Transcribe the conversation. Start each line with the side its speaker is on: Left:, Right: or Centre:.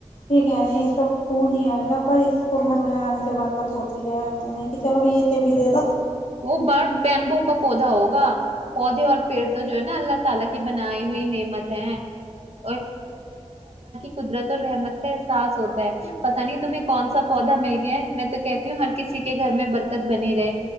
Left: یہ کہہ رہے ہیںب پھول نہیں آئے گا پر اس کو گھر میں لگانے سے برکت ہوتی ہے چلو بھ یہے بھی دے دو
Right: وہ برڈ بیمبو کا پودا ہوگا پودے اور <unintelligible> قدرت اور رحمت کا احساس ہوتا <unintelligible> پتا نہیں تمہیں کون سا پودا مل گیا میں تو کہتی ہوں ہر کسی کے گھر میں برکت بنی رہے